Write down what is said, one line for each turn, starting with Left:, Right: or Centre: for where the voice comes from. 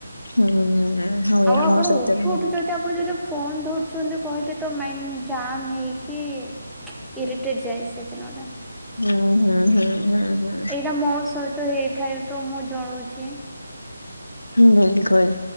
Left: ହୁଁ। ହୁଏ
Centre: ଆଉ ଆପଣ
Left: ମୋ ସହିତ
Centre: ଉଠୁ
Left: ବି ହୁଏ।
Centre: ଉଠୁ ଯଦି ଆପଣ ଯଦି ଫୋନ୍ ଧରୁଛନ୍ତି କହିଲେ ତ ମାଇଣ୍ଡ ଜାମ୍ ହେଇକି ଇରିଟେଟ୍ ଯାଏ ସେ ଦିନଟା।
Left: ହୁଁ ହୁଁ ହୁଁ। ହୁଁ
Centre: ଏଇଟା ମୋ ସହିତ ହେଇଥାଏ। ତ ମୁଁ ଚଳୁଛି।
Left: ବିଲକୁଲ୍